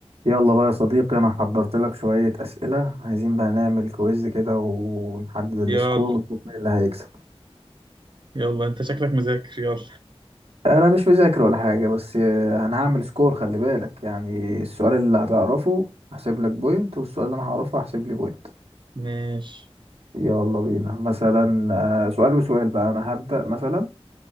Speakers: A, on the right; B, on the right.
A: يلا بقى يا صديقي انا حضرت لك شوية اسئلة عايزين بقى نعمل كويز كده ونحدد السكور
B: يلا
A: ونشوف مين اللي هيكسب
B: يلا انت شكلك مذاكر يلا
A: انا مش مذاكر ولا حاجة بس آه، انا هعمل سكور خلي بالك يعني السؤال اللي هتعرفه هحسب لك بوينت والسؤال اللي انا هعرفه هحسب لي بوينت
B: ماشي
A: يلا بينا مثلا آه، سؤال وسؤال بقى انا هبدأ مثلا